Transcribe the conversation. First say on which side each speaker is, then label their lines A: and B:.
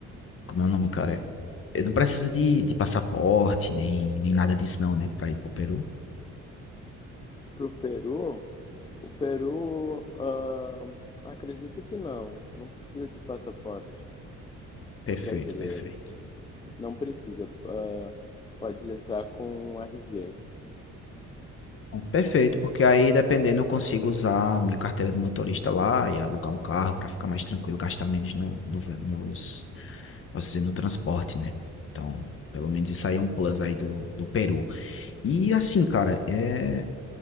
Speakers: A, on the left (about 45°); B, on the left (about 20°).
A: como é o nome, cara? Ele não precisa de, de passaporte, nem, nem nada disso não, né? Pra ir pro Peru.
B: Pro Peru, o Peru, ah, acredito que não. Não precisa de passaporte
A: Perfeito,
B: para brasileiro.
A: perfeito.
B: Não precisa, hã, pode entrar com RG.
A: Bom, Perfeito, porque aí dependendo eu consigo usar minha carteira de motorista lá e alugar um carro para ficar mais tranquilo, gastar menos no, no, nos, posso dizer, no transporte, né? Então, pelo menos isso aí é um plus aí do, do Peru. E assim, cara, é...